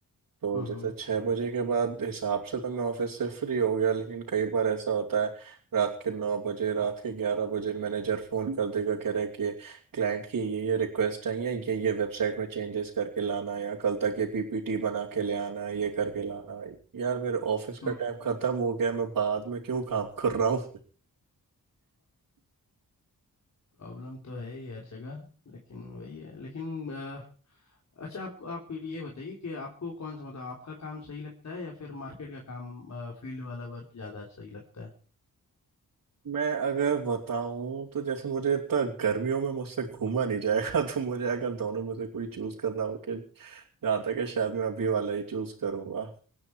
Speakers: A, on the right; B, on the left.
A: तो
B: हम्म
A: जैसे छः बजे के बाद हिसाब से तो मैं ऑफिस से फ्री हो गया लेकिन कई बार ऐसा होता है रात के नौ बजे रात के ग्यारह बजे मैनेजर फ़ोन कर देगा कह रहे कि क्लाइंट की ये ये रिक्वेस्ट है या ये ये वेबसाइट में चेंजेस करके लाना है या कल तक ये पीपीटी बना के ले आना है ये करके लाना है यार मेरे ऑफिस
B: हम्म
A: का
B: हम्म।
A: टाइम खत्म हो गया मैं बाद में क्यों काम कर रहा हूँ।
B: प्रॉब्लम तो है ही हर जगह लेकिन वही है लेकिन अ, अच्छा आपको आप ये बताइए कि आपको कौन सा मतलब आपका काम सही लगता है या फिर मार्केट का काम फील्ड वाला वर्क ज़्यादा सही लगता है
A: मैं अगर बताऊं तो जैसे मुझे इतना गर्मियों में मुझसे घूमा नहीं जाएगा तो मुझे अगर दोनों में से कोई चूज करना हो कि जहाँ तक है शायद मैं अभी वाला ही चूज करूंगा